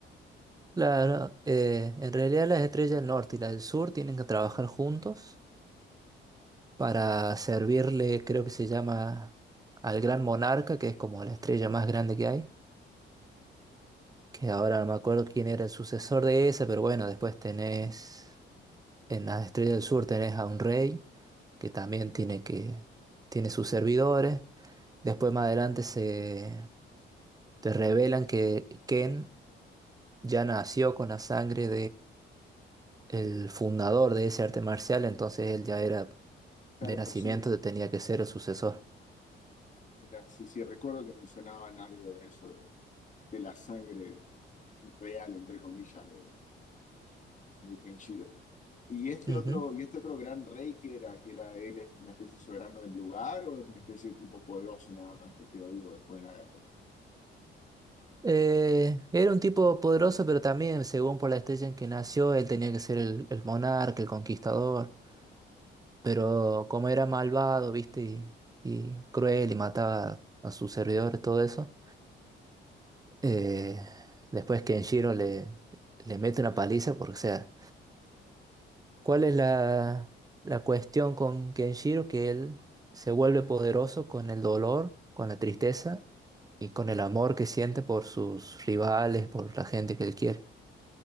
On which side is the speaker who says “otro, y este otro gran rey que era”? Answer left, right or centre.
Left